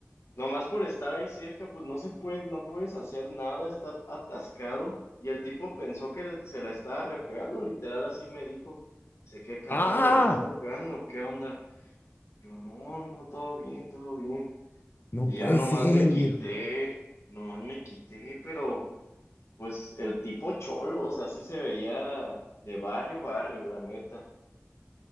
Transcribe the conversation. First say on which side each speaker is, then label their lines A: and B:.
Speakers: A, on the left (about 70°); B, on the left (about 45°).
A: nomás por estar ahí cerca, pues no se puede, no puedes hacer nada, está atascado, y el tipo pensó que se la estaba repegando, literal, así me dijo, sé que carnal,
B: ¡Ah!
A: me la está repegando, ¿qué onda? Yo, no, no, todo bien, todo bien,
B: No
A: y
B: puede
A: ya nomás
B: ser,
A: me quité,
B: viejo.
A: nomás me quité, pero... Pues el tipo cholo, o sea, sí se veía de barrio, barrio, la neta.